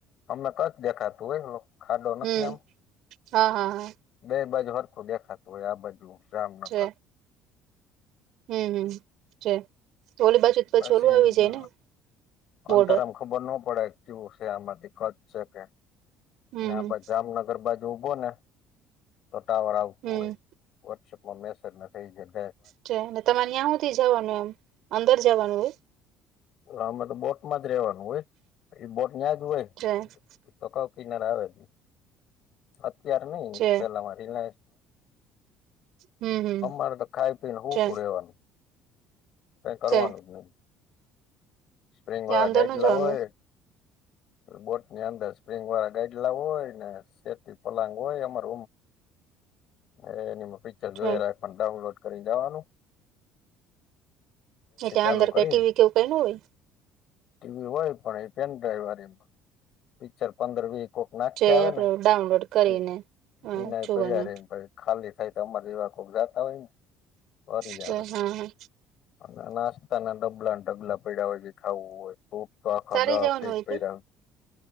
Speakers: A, on the left; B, on the right.
A: અમને ક જ દેખાતું એ ખાડો નથી
B: હમ
A: આમ.
B: હા હા હા
A: બે બાજુ હર ખોડ્યા ખાતું હોય આ બાજુ. જામનગર
B: છે હમ હમ છે, તો ઓ બસ
A: પછી
B: ચોલું આવી જાય ને,
A: અંતર
B: બોર્ડર.
A: આમ ખબર ન પડે કેવું છે આમાં દીકત છે કે,
B: હમ
A: આ જામનગર બાજુ ડભો ને, તો ટાવર આવતું
B: હમ
A: હોય વોટ્સઅપમાં મેસેજ ના થઈ જ.
B: તમારે ત્યાં સુુંધથી જવાનું એમ અંદર જવાનું હોય?
A: અમે તો બોટમાં જ રેવાનું હોય, એ બોટ ન્યા જ હોય.
B: હ <unintelligible>
A: તો કઉ કિનારે આવે, દ અત્યાર નઈ
B: છે
A: પેલા મારી
B: હમ હમ
A: અરે તો ખાઈ પીને હું
B: છે
A: તું રેવાનું. કઈ કરવાનું
B: છે
A: જ નહી, સ્પ્રિંગ
B: ત્યાં
A: વાળા
B: અંદર
A: ગાઈડ
B: ન જવાનું
A: લાવવાય. બોટ ની અંદર સ્પ્રિંગ વાળા ગાઈડ લાવવો હોય ને. સેત પલાંગ હોય અમર એ નિ પ ચ
B: છે
A: જો એ ફડ ડાઉનલોડ કરી જવાનું.
B: એટલે
A: ચાલુ
B: અંદર
A: કરી
B: કઈ ટીવી કેવું કઈ ન હોય?
A: ટીવી હોય પણ એ પેનડ્રાઈવ વાળ, પિક્ચર પંદર વીસ કોક નાખી
B: જે
A: આવે
B: આપડે
A: ને
B: ડાઉનલોડ કરીને
A: એ,
B: હા
A: ના
B: જોવાનું
A: પડ રને પડ. ખાલી થાય તો અમારા દવા કોક જાતા હોય ફરી જ
B: છે
A: આવે.
B: હા હા
A: અને નાસ્તા ના ડબલા ડબલા પડ્યા હોય જે ખાવું હોય તો. શ ખા
B: તારે
A: દા
B: જવાનું
A: ફ્રીજ
B: હોય
A: પૈરા.
B: તે